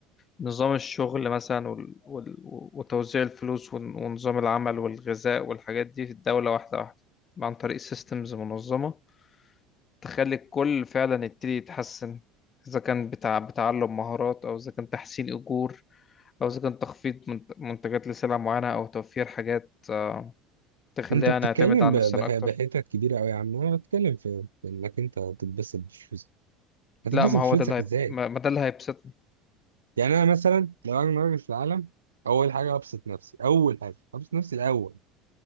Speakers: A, on the left; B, on the right.
A: نظام الشغل مثلا وال... وال... وتوزيع الفلوس ون- ونظام العمل والغذاء والحاجات دي في الدولة واحدة واحدة عن طريق سيستمز منظمة تخلي الكل فعلا يبتدي يتحسن إذا كان بتاع بتعلم مهارات أو إذا كان تحسين أجور أو إذا كان تخفيض منت- منتجات لسلع معينة أو توفير حاجات آه، تخلينا
B: انت بتتكلم
A: نعتمد على
B: ب-
A: نفسنا
B: بح-
A: أكتر
B: بحتت كبيره قوي يا عم انا بتكلم في, في انك انت تتبسط بفلوسك هتتبسط
A: لا ما
B: بفلوسك
A: هو ده اللي هيب...
B: ازاي
A: ما ما ده اللي هيبسطنا
B: يعني انا مثلا لو انا راجل في العالم اول حاجه ابسط نفسي اول حاجه ابسط نفسي الاول